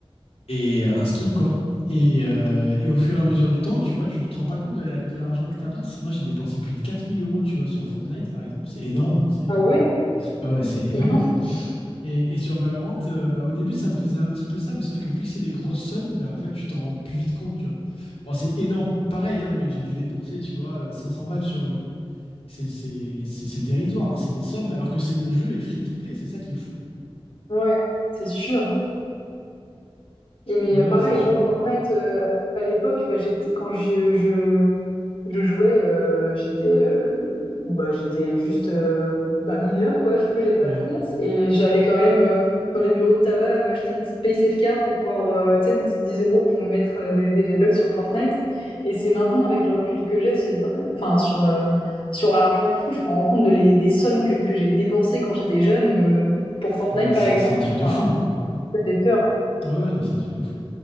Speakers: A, on the left (about 85°); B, on the left (about 65°).
A: et euh, un skin, quoi. Et, euh, et au fur et à mesure du temps, tu vois, tu te rends pas compte de la- de l'argent que tu amasses. Moi, j'ai dépensé plus de 4000 euros, tu vois, sur Fortnite, par exemple. C'est énorme, hein, c'est...
B: Ah ouais,
A: Ouais, ouais, c'est énorme.
B: immense.
A: Et, et sur Valorant, euh, bah, au début, ça me faisait un petit peu ça, mais sauf que vu que c'est des grosses sommes, bah, en fait, tu t'en rends plus vite compte, tu vois. Bon, c'est énorme, pareil, hein, mais j'ai dû dépenser, tu vois, euh, 500 balles sur Valo. C'est c'est- c'est- c'est dérisoire, hein, c'est des sommes, alors que c'est le jeu est free to play, c'est ça qui est fou.
B: Ouais, c'est sûr. Et mais
A: Ouais,
B: euh, pareil,
A: c'est sûr.
B: moi, Fortnite, euh, à l'époque, bah, j'étais, quand je, je, je jouais, euh, j'étais, euh, bah, j'étais juste euh, bah, mineure, quoi. Je n'avais pas
A: Ouais.
B: de compte et j'allais quand même euh, dans les bureaux de tabac euh, m'acheter une petite PaySafe card pour pouvoir, euh, tu sais, une petite 10 euros pour me mettre euh, des, des V-Bucks sur Fortnite. Et c'est maintenant, avec le recul que j'ai, sur- euh, enfin, sur, euh, sur l'argent et tout, je me rends compte de les, des sommes que, que j'ai dépensées quand j'étais jeune euh, pour Fortnite,
A: Ah bah,
B: par
A: c'est
B: exemple.
A: c'est un truc
B: Enfin,
A: de fou.
B: ça fait peur.
A: Ah ouais, non, c'est un truc de fou.